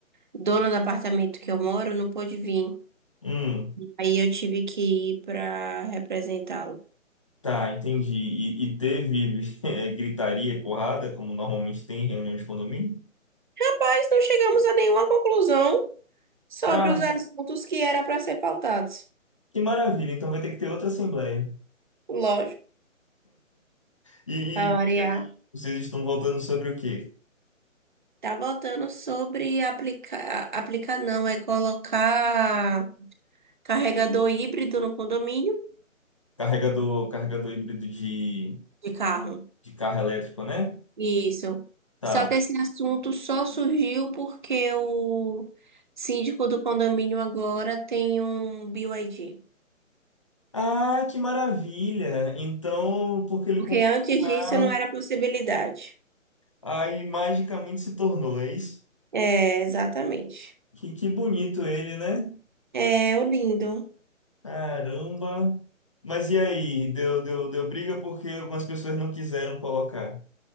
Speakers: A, on the right; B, on the left.
A: dona do apartamento que eu moro não pôde vir.
B: Hum,
A: Aí eu tive que ir para representá-lo.
B: tá, entendi. E, e teve <laughs> eh, gritaria e porrada, como normalmente tem em reunião de condomínio?
A: Rapaz, não chegamos a nenhuma conclusão sobre
B: Ah,
A: os assuntos que era para ser pautados.
B: que maravilha. Então vai ter que ter outra assembleia.
A: Lógico,
B: E,
A: para
B: e
A: variar.
B: vocês estão voltando sobre o quê?
A: Tá voltando sobre aplicar, aplicar não, é colocar carregador híbrido no condomínio.
B: Carregador, carregador híbrido de,
A: de carro.
B: de carro elétrico, né?
A: Isso.
B: Tá.
A: Só que esse assunto só surgiu porque o síndico do condomínio agora tem um BYD.
B: Ah, que maravilha! Então, porque ele
A: Porque
B: comprou
A: antes
B: o carro,
A: disso não era possibilidade.
B: aí magicamente se tornou, é isso?
A: É, exatamente.
B: Que, que bonito ele, né?
A: É, o lindo.
B: Caramba! Mas e aí? Deu, deu, deu briga porque algumas pessoas não quiseram colocar.